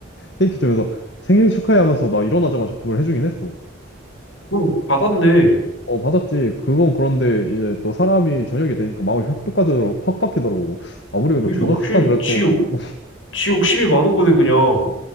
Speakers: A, on the left (about 60°); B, on the left (about 80°).
A: 케이크 주에서 생일 축하해 하면서 나 일어나자마자 그걸 해주긴 했어.
B: 응, 받았네.
A: 어, 받았지. 그건 그런데 이제 또 사람이 저녁이 되니까 마음이 확 바뀌더라고. 확 바뀌더라고. 아무리 그래도
B: 왜
A: 저녁
B: 욕심,
A: 식상 그래도
B: 지 욕, 지 욕심이 많은 거네, 그냥.